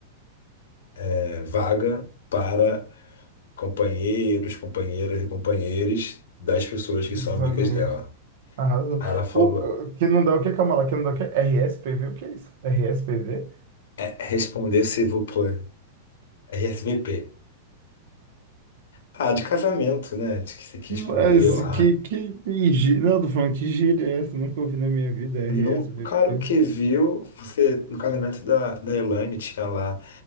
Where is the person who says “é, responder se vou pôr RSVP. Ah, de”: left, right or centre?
Left